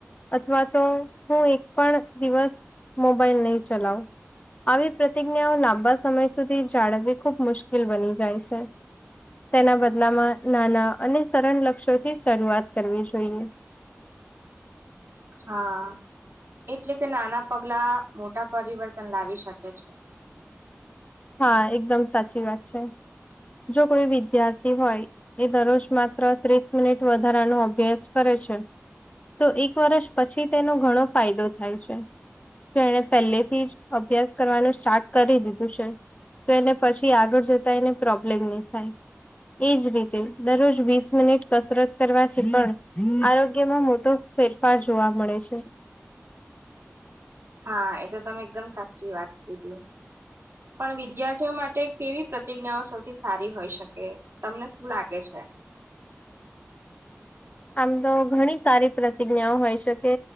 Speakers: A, on the left; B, on the right.
A: અથવા તો હું એક પણ દિવસ મોબાઈલ નહી ચલાઉં. આવી પ્રતિજ્ઞાઓ લાંબા સમય સુધી જાળવવી ખુબ મુશ્કેલ બની જાય છે. તેના બદલામાં નાના અને સરળ લક્ષ્યો થી શરૂઆત કરવી જોઈએ.
B: હા એટલે કે નાના પગલા મોટા પરિવર્તન લાવી શકે છે.
A: હા એકદમ સાચી વાત છે. જો કોઈ વિદ્યાર્થી હોય એ દરરોજ માત્ર ત્રીસ મિનિટ વધારાનો અભ્યાસ કરે છે તો એક વર્ષ પછી તેનો ઘણો ફાયદો થાય છે. જો એને પહેલે થી જ અભ્યાસ કરવાનું સ્ટાર્ટ કરી દીધું છે. તો એને પછી આગળ જતા એને પ્રોબ્લેમ નહી થાય. એજ રીતે દરરોજ વીસ મિનિટ કસરત કરવાથી પણ આરોગ્યમાં મોટો ફેરફાર જોવા મળે છે.
B: હા એ તો તમે એકદમ સાચી વાત કીધી. પણ વિદ્યાર્થીઓ કેવી પ્રતિજ્ઞાઓ સારી હોઈ શકે. તમને શું લાગે છે?
A: આમ તો ઘણી સારી પ્રતિજ્ઞાઓ હોઈ શકે